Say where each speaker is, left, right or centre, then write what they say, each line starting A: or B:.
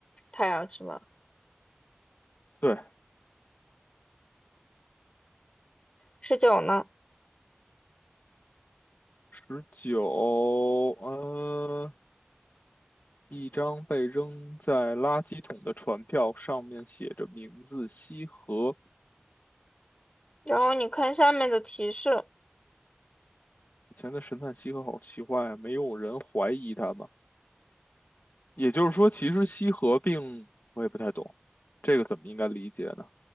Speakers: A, on the left; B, on the left.
A: 太阳之门。
B: 对，
A: 十九呢？
B: 十九，呃，一张被扔在垃圾桶的船票，上面写着名字西河。
A: 然后你看下面的提示，
B: 以前的神探西河好奇怪啊，没有人怀疑他吗？也就是说，其实西河并我也不太懂，这个怎么应该理解呢？